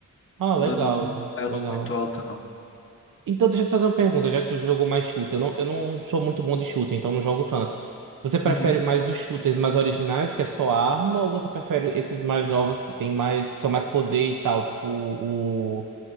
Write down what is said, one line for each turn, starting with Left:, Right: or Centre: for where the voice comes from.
Right: Ah, legal,
Left: Não tô num elo
Right: legal.
Left: muito alto, não.
Right: Então, deixa eu te fazer uma pergunta, já que tu jogou mais shooter. Eu não, eu não sou muito bom de shooter, então não jogo tanto. Você prefere
Left: Uhum.
Right: mais os shooters mais originais, que é só arma, ou você prefere esses mais novos que tem mais, que são mais poder e tal? Tipo o.